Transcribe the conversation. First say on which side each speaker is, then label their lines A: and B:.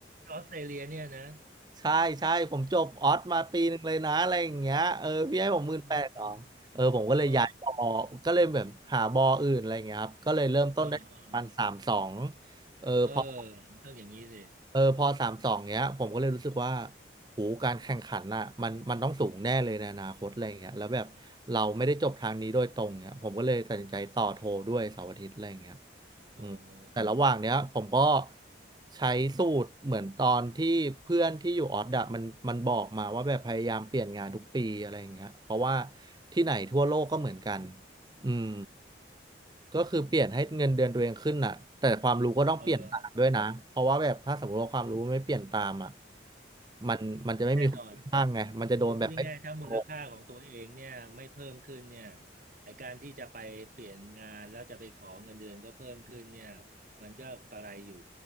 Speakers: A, on the right; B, on the right.
A: ออสเตรเลียเนี่ยนะ
B: ใช่ใช่ผมจบออสมาปีหนึ่งเลยนะอะไรอย่างเงี้ยเออพี่ให้ผมหมื่นแปดหรอเออผมก็เลยย้ายบอก็เลยแบบหาบออื่นอะไรอย่างเงี้ยครับก็เลยเริ่มต้นได้ประมาณสามสอง
A: อืมอืมอืมอ๋อเออ
B: เออพอ
A: เออมันต้องอย่างนี้สิ
B: เออพอสามสองเนี้ยผมก็เลยรู้สึกว่าโหการแข่งขันน่ะมันมันต้องสูงแน่เลยในอนาคตอะไรเงี้ยแล้วแบบเราไม่ได้จบทางนี้โดยตรงเนี้ยผมก็เลยตัดสินใจต่อโทด้วยเสาร์อาทิตย์อะไรเงี้ย
A: โอ้โห
B: อืมแต่ระหว่างเนี้ยผมก็ใช้สูตรเหมือนตอนที่เพื่อนที่อยู่ออสอะมันมันบอกมาว่าแบบพยายามเปลี่ยนงานทุกปีอะไรเงี้ยเพราะว่าที่ไหนทั่วโลกก็เหมือนกัน อืมก็คือเปลี่ยนให้เงินเดือนตัวเองขึ้นน่ะแต่ความรู้ก็ต้องเปลี่ยนตามด้วยนะเพราะว่าแบบถ้าสมมติว่าความรู้ไม่เปลี่ยนตามอ่ะ
A: เออ
B: มันมันจะไม่มีคนข้างไงมันจะโดนแบบไม่โต
A: แน่นอน คือพูดง่ายๆถ้ามูลค่าของตัวเองเนี่ยไม่เพิ่มขึ้นเนี่ยไอการที่จะไปเปลี่ยนงานแล้วจะไปขอเงินเดือนก็เพิ่มขึ้นเนี่ยมันก็กระไรอยู่